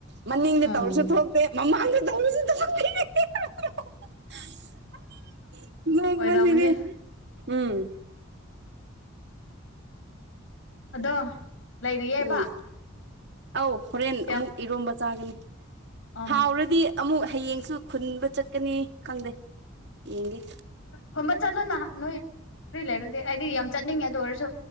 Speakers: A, on the right (about 60°); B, on the left (about 70°).
A: ꯃꯅꯤꯡꯗ
B: ꯎꯝ
A: ꯇꯧꯔꯁꯨ ꯊꯣꯛꯇꯦ ꯃꯃꯥꯡꯗ ꯇꯧꯕꯁꯨ ꯊꯣꯛꯇꯦ <unintelligible> ꯅꯣꯛꯄꯁꯤꯗꯤ
B: ꯑꯣꯏꯔꯝꯃꯅꯦ
A: ꯎꯝ
B: ꯑꯗꯣ ꯂꯩꯔꯤꯌꯦꯕ
A: ꯎꯝ ꯑꯧ ꯍꯣꯔꯦꯟ
B: ꯀꯌꯥꯝ
A: ꯑꯃꯨꯛ ꯏꯔꯣꯝꯕ ꯆꯥꯒꯅꯤ
B: ꯑ ꯎꯝ
A: ꯍꯥꯎꯔꯗꯤ ꯑꯃꯨꯛ ꯍꯌꯦꯡ ꯁꯨ ꯈꯨꯟꯕ ꯆꯠꯀꯅꯤ ꯈꯪꯗꯦ ꯌꯦꯡꯒꯦ
B: ꯈꯨꯟꯕ ꯆꯠꯂꯣꯅ ꯅꯣꯏ ꯐ꯭ꯔꯤ ꯂꯩꯔꯗꯤ ꯑꯩꯗꯤ ꯌꯥꯝ ꯆꯠꯅꯤꯡꯉꯦ ꯑꯗꯨ ꯑꯣꯏꯔꯁꯨ